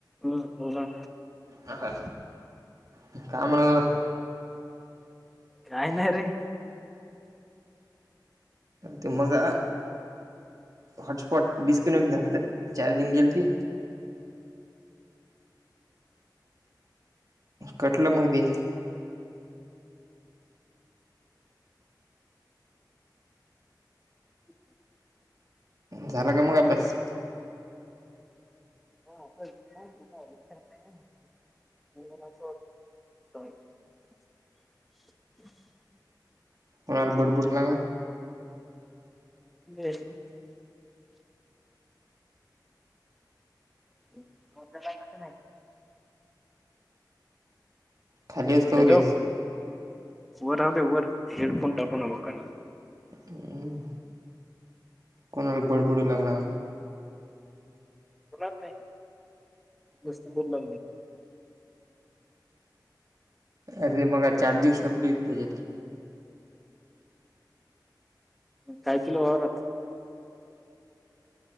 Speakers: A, in the centre; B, on the right.
A: हो बोला.
B: ह का काय म्हणलेत बघा.
A: काही नाही रे.
B: ते मगं हॉटस्पॉट डिस्कनेक्ट झालतं चार्जिंग गेलती. कटलं मग बी.
A: <inaudible>
B: झाला काे मग अभ्यास
A: <unintelligible> <unintelligible>
B: कोणाला बड बुड लागला
A: <unintelligible> <unintelligible>
B: खाली आहेस का
A: हॅलो
B: वर आहेस?
A: वर राहूदे वर हेड फोन टाकू नको.
B: हम्म. कोणाला बड बुड लागला
A: कुणाला नाही नुसती बोल ला
B: अरे मग चार्जिंग सपली त्याच्यात
A: काय किलो वावरात